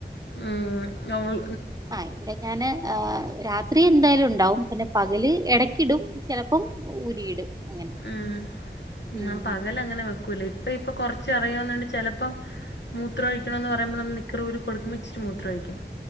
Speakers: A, on the left (about 80°); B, on the right (about 20°).
A: ഉം ഓൾ
B: ആ ഇവിടെ ഞൻ രാത് ത്രി എന്തായാലും ഉണ്ടാവും പിന്നെ പകല് എടക്കിടും ചിലപ്പം ഊരിയിടും അങ്ങനെ
A: ഉം
B: ഉം
A: ഞാൻ പകലങ്ങനെ വെക്കൂല്ല ഇ ഇപ്പ ഇപ്പൊ കൊറച്ച അറിയാവന്നോണ്ട് ചെലപ്പോ മൂത്ര ഒഴിക്കണ എന്ന് പറയുമ്പോ നമ്മ നിക്കറൂരി കൊടുക്കുമ്പോ ഇ ച്ചിരിമൂത്രം ഒഴിക്കും